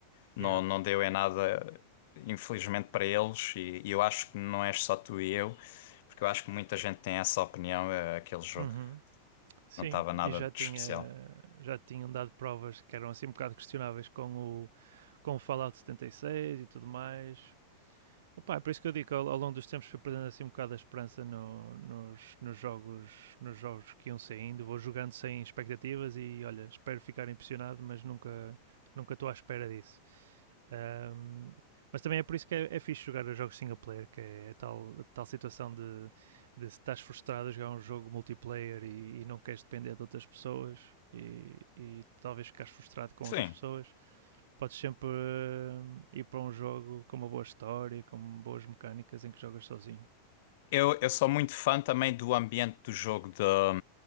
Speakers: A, on the left; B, on the right.
A: não,
B: yeah,
A: não deu em nada, infelizmente para eles, e, e eu acho que não és só tu e eu, porque eu acho que muita gente tem essa opinião, eh, aquele jogo
B: uhum. Sim,
A: não estava nada
B: e já
A: de
B: tinha
A: especial.
B: já tinham dado provas que eram assim um bocado questionáveis com o, com o Fallout 76 e seis e tudo mais. Opa, é por isso que eu digo que ao, ao longo dos tempos fui perdendo assim um bocado a esperança no- nos, nos jogos, nos jogos que iam saindo. Vou jogando sem expectativas e olha, espero ficar impressionado, mas nunca nunca estou à espera disso. Ahm, mas também é por isso que é, é fixe jogar os jogos single player, que é a tal, a tal situação de, de se estás frustrado a jogar um jogo multiplayer e, e não queres depender de outras pessoas e, e talvez ficares frustrado com
A: Sim,
B: outras pessoas podes sempre eh, ir para um jogo com uma boa história, com boas mecânicas em que jogas sozinho.
A: eu, eu sou muito fã também do ambiente do jogo, da